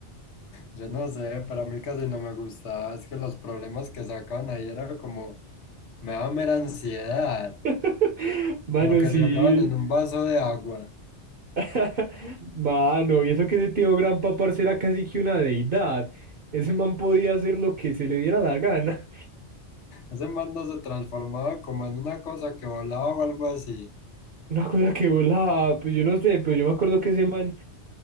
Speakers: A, on the left; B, on the right.
A: Yo no sé, pero a mí casi no me gustaba, es que los problemas que sacaban ahí era como, me daba mera ansiedad,
B: <laughs> Mano,
A: como que
B: sí.
A: se acaban en un vaso de agua.
B: <laughs> Mano, y eso que ese Tío Grampa, parce, era casi que una deidad. Ese man podía hacer lo que se le diera la gana.
A: Ese man no se transformaba como en una cosa que volaba o algo así.
B: Una cosa que volaba, pues yo no sé, pero yo me acuerdo que ese man,